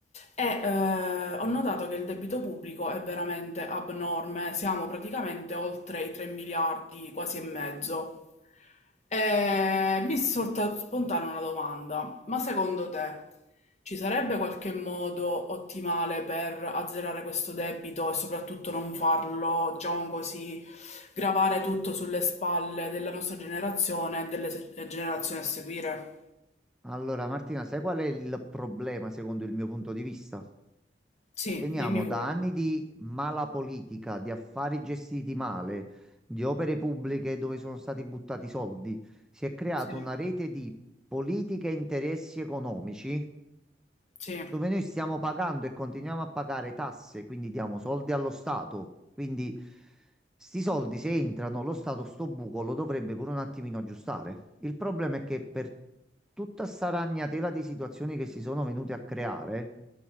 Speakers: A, on the left; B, in the centre.
A: e eh, ho notato che il debito pubblico è veramente abnorme, siamo praticamente oltre i 3 miliardi, quasi e mezzo. E mi è sorta spontanea una domanda, ma secondo te ci sarebbe qualche modo ottimale per azzerare questo debito e soprattutto non farlo, diciamo così, gravare tutto sulle spalle della nostra generazione e delle se- generazioni a seguire?
B: Allora, Martina, sai qual è il problema secondo il mio punto di vista?
A: Sì,
B: Veniamo
A: dimmi pure.
B: da anni di mala politica, di affari gestiti male, di opere pubbliche dove sono stati buttati soldi. Si è creata
A: Sì,
B: una rete di politiche e interessi economici
A: sì,
B: dove noi stiamo pagando e continuiamo a pagare tasse, quindi diamo soldi allo Stato. Quindi sti soldi se entrano, lo Stato sto buco lo dovrebbe pure un attimino aggiustare. Il problema è che per tutta sta ragnatela di situazioni che si sono venute a creare,